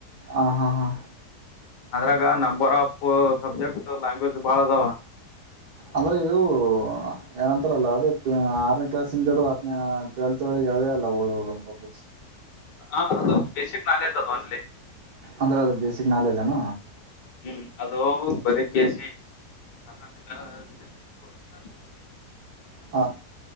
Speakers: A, on the right (about 75°); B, on the left (about 85°).
A: ಹಾ ಹಾ ಹಾ
B: ಅದ್ರಾಗ ನಂಬರ್ ಆಫ್ ಸಬ್ಜೆಕ್ಟ್ ಲ್ಯಾಂಗ್ವೇಜ್ ಬಾಳ ಅದಾವ
A: ಅಂದ್ರೆ ಇವು ಏನಂತಾರಲ್ಲ ಅದೇ ಆರನೇ ಕ್ಲಾಸ್ದಡುದು ಹನೇ ಟ್ವೆಲ್ತ್ವರೆಗೆ ಯಾವದೇ ಅಲ್ಲ ಓದೋದಂದ ಬಬ
B: ಹ ಅದು ಬೇಸಿಕ್ ನಾಲೇಜ್ ಅದು ಒನ್ಲ್ಲಿ
A: ಅಂದ್ರೆ ಅದ ಬೇಸಿಕ್ ನಾಲೆಜ್ನ
B: ಹ್ಮ್ ಅದೋ ಬರ ಕೆೇಸಿ ಕರ್ನಾಟಕ ವಜ್ರಾಷ್ಟ
A: ಹಾ